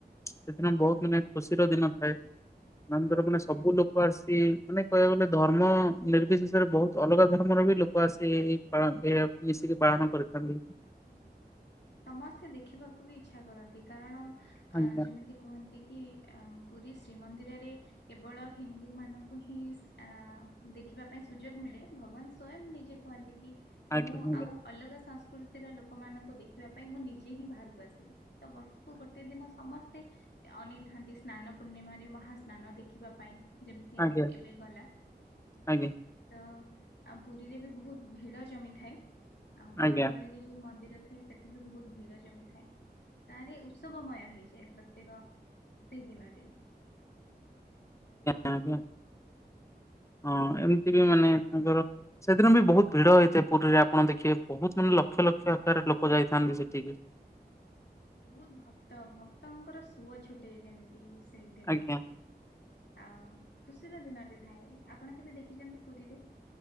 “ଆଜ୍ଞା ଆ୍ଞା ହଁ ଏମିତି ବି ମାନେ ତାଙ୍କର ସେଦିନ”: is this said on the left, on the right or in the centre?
Left